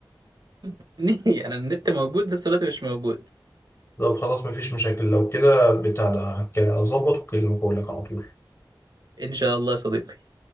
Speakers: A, on the right; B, on the left.
A: <laughs> انا النت موجود بس الوقت مش موجود
B: طب خلاص مفيش مشاكل لو كده بتاع ده ك- أظبط وأكلمك وأقول لك على طول
A: ان شاء الله يا صديقي